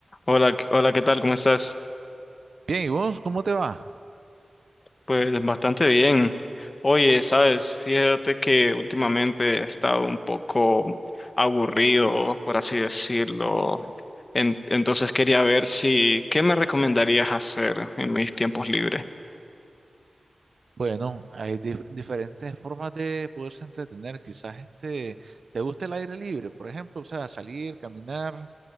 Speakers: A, on the left (about 45°); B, on the right (about 75°).
A: Hola, ¿qué- hola, ¿qué tal? ¿Cómo estás?
B: Bien, ¿y vos cómo te va?
A: Pues bastante bien. Oye, sabes, fíjate que últimamente he estado un poco aburrido, por así decirlo. En- entonces quería ver si, ¿qué me recomendarías hacer en mis tiempos libres?
B: Bueno, hay dif- diferentes formas de poderse entretener. Quizás este, te gusta el aire libre, por ejemplo, o sea, salir, caminar,